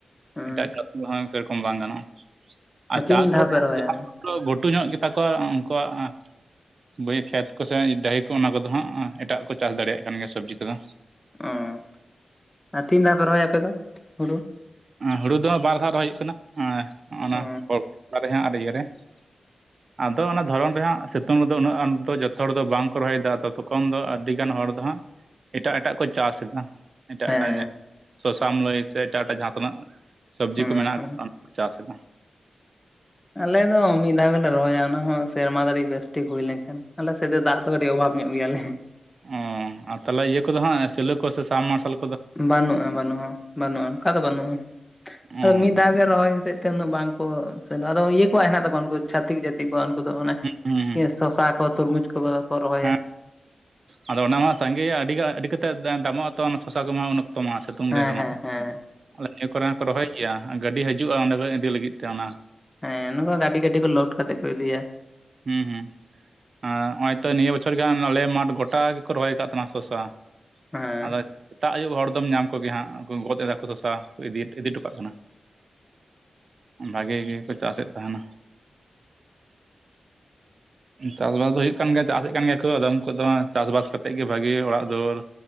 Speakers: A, on the left; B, on the right.
A: ᱦᱮᱸ
B: ᱮᱴᱟᱜ ᱪᱟᱥ ᱠᱚ ᱦᱚᱸ ᱥᱮᱨᱚᱠᱚᱢ ᱵᱟᱝ ᱜᱟᱱᱚᱜᱼᱟ, ᱟᱨ
A: ᱛᱤᱱ
B: ᱪᱟᱥ
A: ᱫᱷᱟᱣ
B: <unintelligible>
A: ᱯᱮ ᱨᱚᱦᱚᱭᱟ
B: ᱛᱚ ᱜᱷᱩᱴᱩ ᱧᱚᱜ ᱜᱮᱛᱟᱠᱚᱣᱟ ᱩᱱᱠᱩᱣᱟᱜ ᱟᱸ ᱵᱟᱹᱭᱦᱟᱹᱲ ᱠᱷᱮᱛ ᱠᱚ ᱥᱮ ᱰᱟᱹᱦᱤ ᱠᱚ ᱚᱱᱟ ᱠᱚᱫᱚ ᱦᱟᱸᱜ ᱮᱴᱟᱜ ᱠᱚ ᱪᱟᱥ ᱫᱟᱲᱮᱭᱟᱜ ᱠᱟᱱ ᱜᱮᱭᱟ ᱥᱚᱵᱽᱡᱤ ᱠᱚᱫᱚ᱾
A: ᱚᱸ ᱟᱨ ᱛᱤᱱ ᱫᱷᱟᱣ ᱯᱮ ᱨᱚᱦᱚᱭᱟ ᱟᱯᱮ ᱫᱚ ᱦᱩᱲᱩ?
B: ᱦᱩᱲᱩ ᱫᱚ ᱵᱟᱨ ᱫᱷᱟᱣ ᱨᱚᱦᱚᱭ ᱦᱩᱭᱩᱜ ᱠᱟᱱᱟ, ᱚᱸ ᱚᱱᱟ
A: ᱚ
B: <unintelligible> ᱨᱮ ᱟᱨ ᱤᱭᱮ ᱨᱮ᱾ <inaudible> ᱟᱫᱚ ᱚᱱᱟ ᱫᱷᱚᱨᱚᱢ ᱨᱮᱦᱟᱸᱜ ᱥᱤᱛᱩᱝ ᱨᱮᱫᱚ ᱩᱱᱟᱹᱜ ᱟᱸᱴ ᱫᱚ ᱡᱚᱛᱚ ᱦᱚᱲ ᱫᱚ ᱵᱟᱝᱠᱚ ᱨᱚᱦᱚᱭ ᱫᱟ, ᱟᱫᱚ ᱛᱚᱠᱷᱚᱱ ᱫᱚ ᱟᱹᱰᱤ ᱜᱟᱱ ᱦᱚᱲ ᱫᱚ ᱦᱟᱸᱜ ᱮᱴᱟᱜ ᱮᱴᱟᱜ ᱠᱚ ᱪᱟᱥ ᱮᱫᱟ, ᱮᱴᱟᱜ
A: ᱦᱮᱸ
B: ᱮᱴᱟᱜ ᱡᱟ ᱥᱚᱥᱟᱢ ᱞᱟᱹᱭ ᱥᱮ ᱮᱴᱟᱜ ᱮᱴᱟᱜ ᱡᱟᱦᱟᱸ ᱛᱤᱱᱟᱹᱜ ᱥᱚᱵᱽᱡᱤ
A: ᱦᱩᱸ
B: ᱠᱚ ᱢᱮᱱᱟᱜ
A: ᱦᱩᱸ
B: ᱟᱠᱟᱫᱟ ᱠᱚ ᱪᱟᱥ ᱮᱫᱟ᱾
A: ᱟᱞᱮ ᱫᱚ ᱢᱤᱫ ᱫᱷᱟᱣ ᱜᱮᱞᱮ ᱨᱚᱦᱚᱭᱟ ᱚᱱᱟ ᱦᱚᱸ ᱥᱮᱨᱢᱟ ᱡᱟᱹᱨᱤᱡ ᱵᱮᱥᱴᱷᱤᱠ ᱦᱩᱭ ᱞᱮᱱᱠᱷᱟᱱ᱾ ᱟᱞᱮ ᱥᱮᱫ ᱫᱚ ᱫᱟᱜ ᱫᱚ ᱠᱟᱹᱴᱤᱡ ᱚᱵᱷᱟᱵ ᱧᱚᱜ ᱜᱮᱭᱟᱞᱮ᱾
B: ᱚᱸ ᱟᱨ ᱛᱟᱦᱚᱞᱮ ᱤᱭᱟᱹ ᱠᱚᱫᱚ ᱦᱟᱸᱜ ᱥᱤᱞᱳᱸᱠᱚ ᱥᱮ ᱥᱟᱢᱟᱨᱥᱟᱞ
A: ᱵᱟᱹᱱᱩᱜᱼᱟ ᱵᱟᱹᱱᱩᱜᱼᱟ ᱵᱟᱹᱱᱩᱜᱼᱟ ᱚᱱᱠᱟ ᱫᱚ ᱵᱟᱹᱱᱩᱜᱼᱟ,
B: ᱚ
A: ᱟᱫᱚ ᱢᱤᱫ ᱫᱷᱟᱣ ᱜᱮ ᱨᱚᱦᱚᱭ ᱦᱚᱛᱮᱫ ᱛᱮ ᱩᱱᱟᱹᱜ ᱵᱟᱝᱠᱚ ᱥᱮᱱᱚᱜᱼᱟ ᱟᱫᱚ ᱤᱭᱟᱹ ᱠᱚᱣᱟᱜ ᱦᱮᱱᱟᱜ ᱛᱟᱠᱚᱣᱟ ᱩᱱᱠᱩ ᱪᱷᱟᱛᱤᱠ ᱡᱟᱹᱛᱤ ᱠᱚᱣᱟᱜ ᱩᱱᱠᱩ ᱫᱚ ᱚᱱᱮ
B: ᱦᱩᱸ ᱦᱩᱸ
A: ᱥᱚᱥᱟ ᱠᱚ, ᱛᱩᱨᱢᱩᱡᱽ ᱠᱚ ᱠᱚ ᱨᱚᱦᱚᱭᱟ᱾
B: ᱦᱮᱸ ᱟᱫᱚ ᱚᱱᱟ ᱢᱟ ᱥᱟᱸᱜᱮ ᱟᱹᱰᱤ ᱜᱮ ᱟᱹᱰᱤ ᱠᱟᱛᱮᱫ ᱫᱟᱢᱚᱜ ᱟᱛᱚ ᱚᱱᱟ ᱥᱚᱥᱟ ᱠᱚᱢᱟ ᱩᱱ ᱚᱠᱛᱚ ᱢᱟ ᱥᱤᱛᱩᱝ
A: ᱦᱮᱸ
B: ᱫᱤᱱ ᱨᱮᱢᱟ,
A: ᱦᱮᱸ ᱦᱮᱸ
B: ᱟᱞᱮ ᱱᱤᱭᱟᱹ ᱠᱚᱨᱮ ᱦᱚᱸᱠᱚ ᱨᱚᱦᱚᱭ ᱜᱮᱭᱟ ᱜᱟᱹᱰᱤ ᱦᱤᱡᱩᱜᱼᱟ ᱚᱸᱰᱮ ᱫᱚ ᱤᱫᱤ ᱞᱟᱹᱜᱤᱫ ᱛᱮ ᱚᱱᱟ
A: ᱦᱮᱸ ᱱᱚᱝᱠᱟ ᱜᱟᱹᱰᱤ ᱜᱟᱹᱰᱤ ᱠᱚ ᱞᱳᱰ ᱠᱟᱛᱮ ᱠᱚ ᱤᱫᱤᱭᱟ᱾
B: ᱦᱩᱸ ᱦᱩᱸ, ᱟ ᱱᱚᱜ-ᱚᱭ ᱛᱚ ᱱᱤᱭᱟᱹ ᱵᱚᱪᱷᱚᱨ ᱜᱟᱱ ᱟᱞᱮ ᱢᱟᱴᱷ ᱜᱚᱴᱟ ᱜᱮᱠᱚ ᱨᱚᱦᱚᱭ ᱠᱟᱫ ᱛᱟᱦᱮᱱᱟ ᱥᱚᱥᱟ,
A: ᱦᱮᱸ
B: ᱟᱫᱚ ᱥᱮᱛᱟᱜ ᱟᱹᱭᱩᱵ ᱦᱚᱲ ᱫᱚᱢ ᱧᱟᱢ ᱠᱚᱜᱮ ᱦᱟᱸᱜ ᱩᱱᱠᱩ ᱜᱚᱫ ᱮᱫᱟᱠᱚ ᱥᱚᱥᱟ ᱠᱚ ᱤᱫᱤ ᱤᱫᱤ ᱦᱚᱴᱚ ᱠᱟᱜ ᱠᱟᱱᱟ᱾ ᱵᱷᱟᱜᱤ ᱜᱮᱠᱚ ᱪᱟᱥᱮᱫ ᱛᱟᱦᱮᱸᱱᱟ᱾ ᱪᱟᱥᱵᱟᱥ ᱫᱚ ᱦᱩᱭᱩᱜ ᱠᱟᱱ ᱜᱮᱭᱟ, ᱪᱟᱥᱮᱫ ᱠᱟᱱ ᱜᱮᱭᱟ ᱠᱚ ᱟᱫᱚ ᱩᱱᱠᱩ ᱫᱚ ᱪᱟᱥ ᱵᱟᱥ ᱠᱟᱛᱮᱫ ᱜᱮ ᱵᱷᱟᱜᱤ ᱚᱲᱟᱜ ᱫᱩᱣᱟᱹᱨ᱾